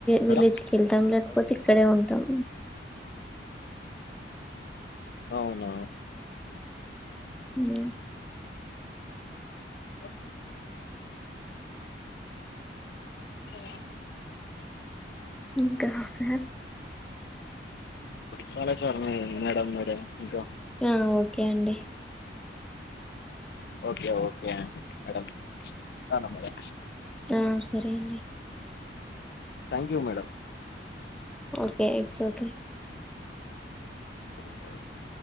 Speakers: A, in the centre; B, on the left.
A: విలేజ్కి
B: మేడం
A: వెళ్తాం లేకపోతే ఇక్కడే ఉంటాం
B: అవునా
A: ఊ
B: ఊ ఇగో
A: ఇంకా హాసన్
B: కాళేశ్వరం ఏ వినడం ఏ డే ఇంకా
A: యా ఓకే అండి
B: ఓకే ఓకే మేడం సరే మేడం
A: ఆ సరే పేంది
B: thank you madam
A: okay it's okay
B: okay okay